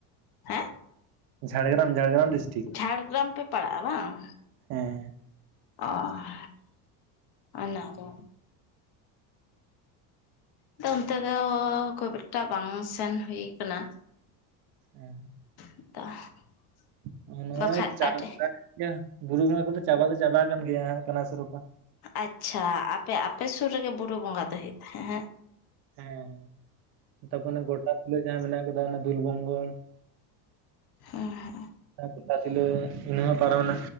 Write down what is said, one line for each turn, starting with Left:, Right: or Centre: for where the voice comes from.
Left: ᱦᱮᱸ
Right: ᱡᱷᱟᱲᱜᱨᱟᱢ ᱡᱷᱟᱲᱜᱨᱟᱢ ᱰᱤᱥ
Left: ᱡᱷᱟᱲᱜᱨᱟᱢ ᱯᱮ ᱯᱟᱲᱟᱜ-ᱟ ᱵᱟᱝ?
Right: ᱦᱮᱸ
Left: ᱟᱦ ᱟᱱᱟ ᱠᱚ᱾ ᱛᱚ ᱚᱱᱛᱮ ᱫᱚ ᱠᱷᱩᱵᱽ ᱮᱠᱴᱟ ᱵᱟᱝ ᱥᱮᱱ ᱦᱩᱭ ᱠᱟᱱᱟ
Right: <inaudible>
Left: <inaudible>
Right: ᱱᱚᱜᱚ ᱱᱚᱜᱚᱭ
Left: ᱵᱟᱠᱷᱟᱡ
Right: <unintelligible>
Left: ᱟᱹᱰᱤ
Right: ᱵᱩᱨᱩ ᱵᱚᱸᱜᱟ ᱠᱚᱫᱚ ᱪᱟᱵᱟ ᱫᱚ ᱪᱟᱵᱟ ᱟᱠᱟᱱ ᱜᱮᱭᱟ ᱦᱟᱸᱜ ᱠᱟᱱᱟᱥᱩᱨᱯᱟ᱾
Left: ᱟᱪᱪᱷᱟ ᱟᱯᱮ ᱟᱯᱮ ᱥᱩᱨ ᱨᱮᱜᱮ ᱵᱩᱨᱩ ᱵᱚᱸᱜᱟ ᱫᱚ ᱦᱩᱭᱩᱜ ᱛᱟᱦᱮᱜ ᱦᱮᱸ
Right: ᱦᱮᱸ ᱛᱟᱯᱚᱨᱮ ᱜᱚᱴᱟ ᱛᱩᱞᱟᱹ ᱡᱟᱦᱟᱸ ᱢᱮᱱᱟᱜ ᱠᱟᱫᱟ ᱚᱱᱟ ᱫᱩᱞ ᱵᱚᱝᱜᱚᱲ
Left: <inaudible>
Right: <unintelligible> ᱚᱱᱟᱦᱚ ᱯᱟᱨᱚᱢ ᱮᱱᱟ